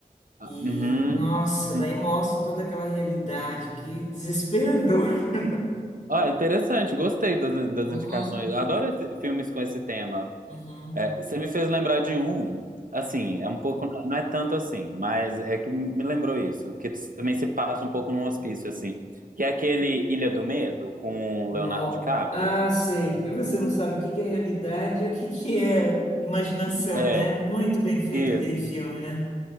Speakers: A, on the right (about 70°); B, on the left (about 55°).
A: ah,
B: E,
A: Uhum.
B: nossa,
A: Hum.
B: daí mostra toda aquela realidade, que desesperador. <laughs>
A: Ó, interessante, gostei das, das
B: Uhum,
A: indicações. Adoro esse- filmes com esse tema.
B: uhum.
A: É, você me fez lembrar de um, assim, é um pouco, não é tanto assim, mas é que me lembrou isso, que também se passa um pouco num hospício, assim, que é aquele Ilha do Medo com
B: No...
A: o Leonardo DiCaprio.
B: Ah, sei, que você não sabe o que que é realidade e o que que é imaginação,
A: É,
B: né? Muito bem feito
A: isso.
B: aquele filme, né?